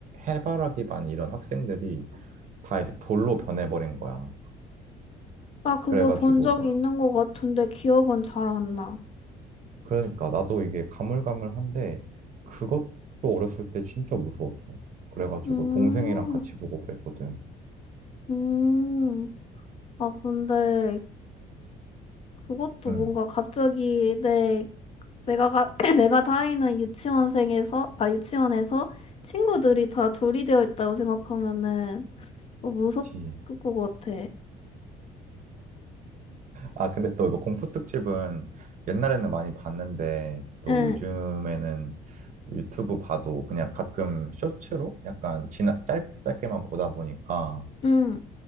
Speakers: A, on the right (about 50°); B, on the left (about 35°).
A: 해바라기 반 이런 학생들이 다 이제 돌로 변해버린 거야.
B: 나 그거
A: 그래가지고
B: 본 적이
A: 막
B: 있는 것 같은데 기억은 잘 안 나.
A: 그러니까 나도 이게 가물가물한데 그것도 어렸을 때 진짜 무서웠어. 그래가지고
B: 음,
A: 동생이랑 같이 보고 그랬거든.
B: 음. 아, 근데 그것도
A: 응,
B: 뭔가 갑자기 내, 내가, 가, <clears throat> 내가 다니는 유치원생에서, 아, 유치원에서 친구들이 다 돌이 되어 있다고 생각하면은 어, 무섭을
A: 그치.
B: 것 같아.
A: 아, 근데 또 이거 공포 특집은 옛날에는 많이 봤는데 또
B: 응,
A: 요즘에는 유튜브 봐도 그냥 가끔 쇼츠로 약간 지나 짧게 짧게만 보다 보니까
B: 응,